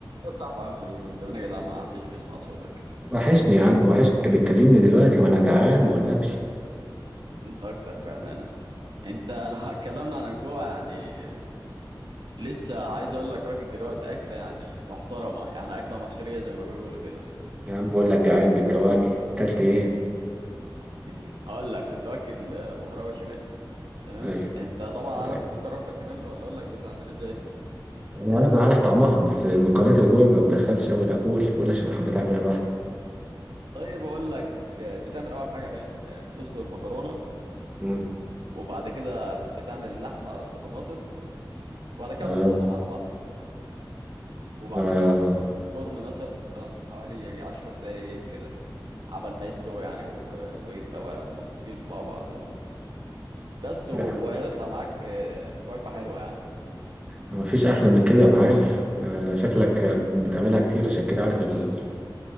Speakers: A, on the right (about 70°); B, on the right (about 15°).
A: يا صاحبي عامل ايه من زمان يا جدع ما حدش بيسمع صوتك كده
B: وحشني يا عم وحشت انت بتكلمني دلوقتي وانا جعان ما اقولكش
A: انت اكتر بامانه انت <laughs> لو اتكلمنا عن الجوع يعني لسه عايز اقول لك واكل دلوقتي اكله يعني محترمه يعني اكله مصريه زي ما بيقولوا كده
B: يا عم بقول لك جعان بتجوعني اكلت ايه
A: <laughs> هقول لك كنت واكل آه، مكرونه بشاميل تمام
B: ايوه
A: انت طبعا
B: سلام
A: عارف المكرونه بشاميل ولا اقول لك بتعمل ازاي
B: انا أنا عارف طعمها بس المكونات اللي جوه ما بتدخلش قوي لا قول قول عشان حبيت اعملها لوحدي
A: طيب اقول لك آه، بتعمل اول حاجه باين آه، بتسلق المكرونه
B: امم
A: وبعد كده بتعمل اللحمه بطماطم وبعد كده
B: آه.
A: بتخلطهم على بعض وبعد
B: آه.
A: كده بتحطهم في الفرن مثلا حوالي يجي عشر دقايق كده عبال ما يستوي يعني و... ويبقى بقى مظبوطين مع بعض و... بس و...
B: لا
A: وهيطلع معاك آه، وجبة حلوة يعني
B: ما فيش احلى من كده انا عارف آه. شكلك بتعملها كتير عشان كده عارف ال...